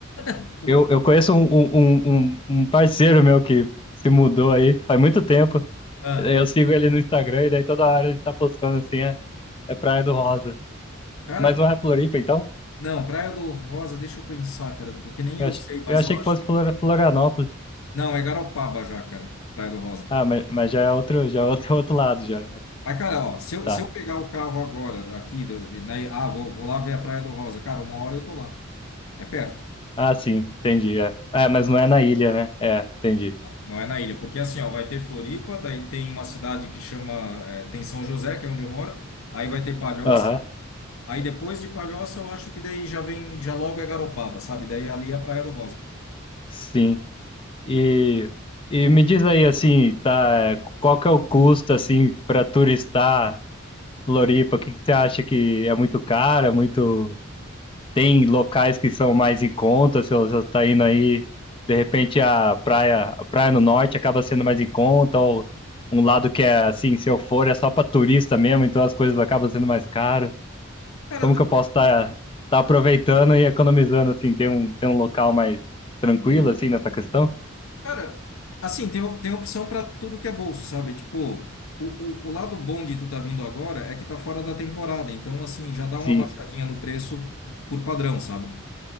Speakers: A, on the left; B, on the left.
A: <laughs>
B: Eu, eu conheço um, um, um, um um parceiro meu que se mudou aí faz muito tempo.
A: Ah,
B: Eu sigo ele no Instagram e daí toda hora ele tá postando assim, é, é Praia do Rosa.
A: cara,
B: Mas não é Floripa, então?
A: não, Praia do Rosa, deixa eu pensar, cara, porque nem
B: Eu,
A: eu
B: ach,
A: sei, mas
B: eu achei
A: eu
B: que
A: acho
B: fosse
A: que.
B: Flor- Florianópolis.
A: Não, é Garopaba já, cara, Praia do Rosa.
B: Ah, mas, mas já é outro, já é outro, <laughs> outro lado, já.
A: Mas, cara, ó, se eu,
B: Tá.
A: se eu pegar o carro agora, aqui, do- né, ah, vou, vou lá ver a Praia do Rosa, cara, uma hora eu tô lá. É perto,
B: Ah, sim, entendi. É. É, mas não é na ilha, né? É, entendi.
A: não é na ilha, porque assim, ó, vai ter Floripa, daí tem uma cidade que chama, eh, tem São José, que é onde eu moro, aí vai ter Palhoça,
B: Aham,
A: aí depois de Palhoça eu acho que daí já vem, já logo é Garopaba, sabe? Daí ali é a Praia do Rosa.
B: sim. E, e me diz aí, assim, tá, qual que é o custo, assim, para turistar? Floripa, o que que você acha que é muito cara? muito. Tem locais que são mais em conta, se você está indo aí, de repente a praia, a praia no norte acaba sendo mais em conta, ou um lado que é assim, se eu for, é só para turista mesmo, então as coisas acabam sendo mais caro.
A: Cara,
B: Como que eu posso estar aproveitando e economizando, assim, ter um, ter um local mais tranquilo, assim, nessa questão?
A: Cara, assim, tem, tem opção para tudo que é bolso, sabe? Tipo, o, o, o lado bom de tu tá vindo agora é que tá fora da temporada, então, assim, já dá
B: Sim,
A: uma baixadinha no preço por padrão, sabe?